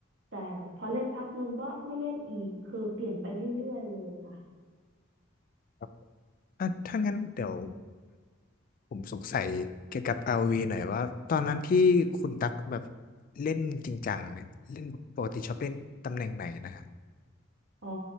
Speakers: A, on the right; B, on the left.
A: แต่พอเล่นพักหนึ่งก็ไม่เล่นอีกคือเปลี่ยนไปเรื่อยๆเลยค่ะ
B: ครับอ่ะถ้างั้นเดี๋ยวผมสงสัยเกี่ยวกับ ROV หน่อยว่าตอนนั้นที่คุณตักแบบเล่นจริงจังเนี่ยเล่นปกติชอบเล่นตำแหน่งไหนนะฮะ
A: อ๋อ